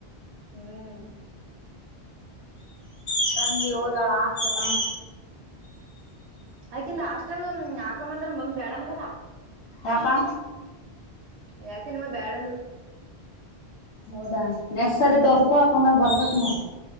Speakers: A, on the right (about 80°); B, on the left (about 80°).
A: ಹ್ಮ್
B: ತಂಗಿ ಹೋಗಳ ಹಾಸ್ಟ್ಲಕ?
A: ಅಕಿಂದ ಹಾಸ್ ಸ್ಟಲ ಆಕ ಮಂದರ ಮಮ್ಮಿ ಬ್ಯಾಡನ್ನಕತ್ತಾಳ.
B: ಯಾಕಾ
A: ಯಾಕೆ ನಮ್ಮ ಬ್ಯಾಡ ಅಂದ್ರು
B: ಹೌದಾ ನೆಕ್ಟ್ ಸರಿ ತೋರ್ಕೊ ಹಾಕೊಂಡಾಗ ಬರ್ಬೇಕ್ ನೋಡ್